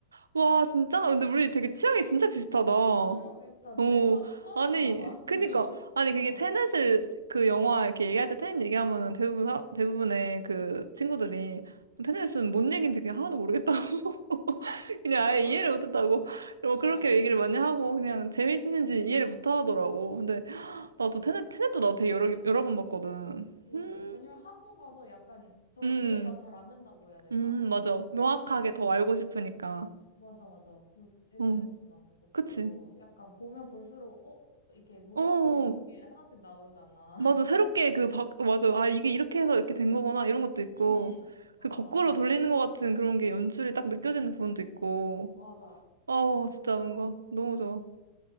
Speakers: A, on the right; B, on the left.
A: 와, 진짜? 근데 우리 되게 취향이 진짜 비슷하다.
B: 어, 너무 비슷한데?
A: 오
B: 나 처음
A: 아니,
B: 만나봐.
A: 그니까, 아니, 그게
B: <laughs> 어,
A: 테넷을 그 영화 이렇게 얘기할 때 테넷 얘기하면은 대부분, 사, 대부분의 그 친구들이 테넷은 뭔 얘기인지 그냥 하나도 모르겠다고. <laughs> 그냥
B: 좀
A: 아예
B: 어렵긴
A: 이해를 못했다고.
B: 했어.
A: 그리고
B: 어,
A: 그렇게 얘기를 많이 하고 그냥 재밌는지
B: 맞아.
A: 이해를 못 하더라고. 근데
B: 음.
A: 나도 테넷, 테넷도 나 되게 여러, 개- 여러 번 봤거든.
B: 어,
A: 음,
B: 왜냐면 한 번 봐서 약간 덜
A: 음,
B: 이해가 잘 안 된다고 해야 되나?
A: 음, 맞아. 명확하게
B: 어,
A: 더 알고 싶으니까.
B: 맞아, 맞아. 그 되게
A: 응,
B: 재밌었어, 나 그것도.
A: 그치.
B: 약간 보면 볼수록, 어, 이렇게 몰랐던
A: 어,
B: 게 하나씩 나오잖아.
A: 맞아. 새롭게 그 바, 맞아. 아, 이게 이렇게 해서 이렇게 된 거구나. 이런 것도 있고.
B: <laughs> 응, 맞아,
A: 그 거꾸로
B: 맞아.
A: 돌리는 것 같은 그런 게 연출이 딱 느껴지는 부분도 있고.
B: 맞아.
A: 어,
B: 그거
A: 진짜 뭔가 너무 좋아.